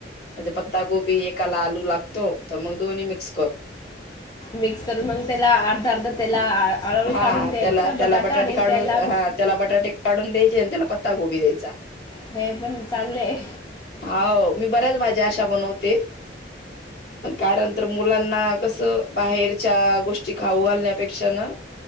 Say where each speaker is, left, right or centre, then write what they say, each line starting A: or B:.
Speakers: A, on the left; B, on the left.
A: म्हणजे पत्ता गोबी एकाला आलू लागतो तर मग दोन्ही मिक्स करून
B: मिक्स करून मग त्याला अर्धा अर्धा त्याला आळूळ
A: हा
B: काढून द्यायचा
A: त्याला त्याला
B: बटाटा
A: बटाटे
B: आणि
A: काढून
B: त्याला
A: हा त्याला बटाटे काढून द्या त्याला पत्ता गोबी द्यायचा
B: हे पण चागलंय
A: हो मी बऱ्याच भाज्या अशा बनवते कारण तर मुलांना कस बाहेरच्या गोष्टी खाऊ घलण्यापेक्षा न